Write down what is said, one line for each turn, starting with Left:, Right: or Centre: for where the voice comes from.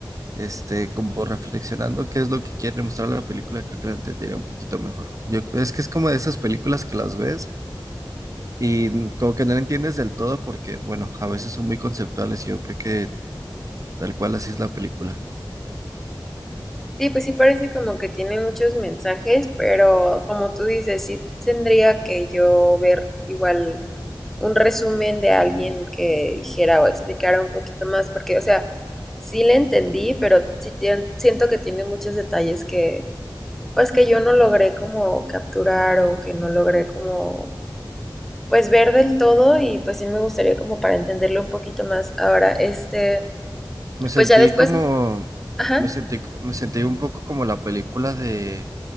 Right: este, como reflexionando qué es lo que quiere mostrar la película, creo que la entendería un poquito mejor. Yo, es que es como de esas películas que las ves y como que no la entiendes del todo porque, bueno, a veces son muy conceptuales y yo creo que tal cual así es la película.
Centre: Sí, pues sí parece como que tiene muchos mensajes, pero como tú dices, sí tendría que yo ver igual un resumen de alguien que dijera o explicara un poquito más, porque, o sea, sí le entendí, pero sí tien- siento que tiene muchos detalles que, pues que yo no logré como capturar o que no logré como, pues ver del todo y pues sí me gustaría como para entenderlo un poquito más. Ahora, este,
Right: Me sentí
Centre: pues ya después,
Right: como,
Centre: ajá,
Right: me sentí, me sentí un poco como la película de...